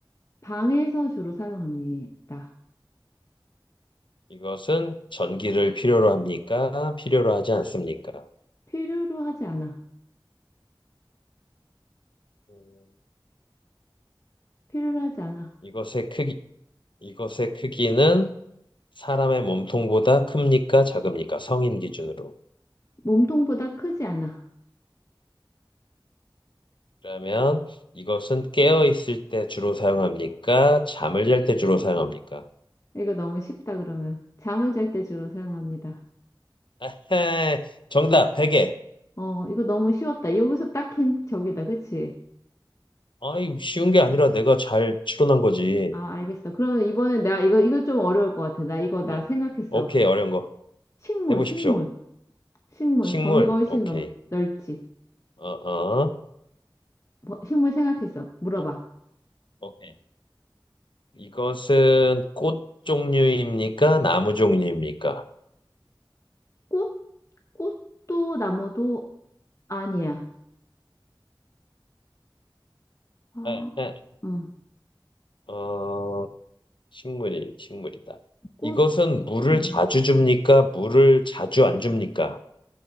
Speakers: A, on the left (about 40°); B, on the left (about 70°).
A: 방에서 주로 사용합니다.
B: 이것은 전기를 필요로 합니까? 필요로 하지 않습니까?
A: 필요로 하지 않아.
B: 음,
A: 필요로 하지 않아.
B: 이것의 크기 이것의 크기는 사람의 몸통보다 큽니까? 작습니까? 성인 기준으로.
A: 몸통보다 크지 않아.
B: 그러면 이것은 깨어 있을 때 주로 사용합니까? 잠을 잘 때 주로 사용합니까?
A: 이거 너무 쉽다, 그러면. 잠을 잘 때 주로 사용합니다.
B: 에헤, 정답 베개.
A: 어, 이거 너무 쉬웠다. 여기서 딱 힌, 저기다, 그치?
B: 아이 쉬운 게 아니라 내가 잘 추론한 거지.
A: 아, 알겠어. 그러면 이번에 나 이거, 이거 좀 어려울 것 같아. 나 이거, 나
B: 어,
A: 생각했어.
B: 오케이 어려운 거
A: 식물,
B: 해보십시오.
A: 식물, 식물.
B: 식물
A: 범위가 훨씬
B: 오케이.
A: 넘, 넓지.
B: 어어
A: 버- 식물 생각했어. 물어봐.
B: 어, 어, 오케이. 이것은 꽃 종류입니까? 나무 종류입니까?
A: 꽃? 꽃도 나무도 아니야. 아,
B: 에
A: 음,
B: 어 식물이 식물이다.
A: 꽃도
B: 이것은 물을
A: 나무.
B: 자주 줍니까? 물을 자주 안 줍니까?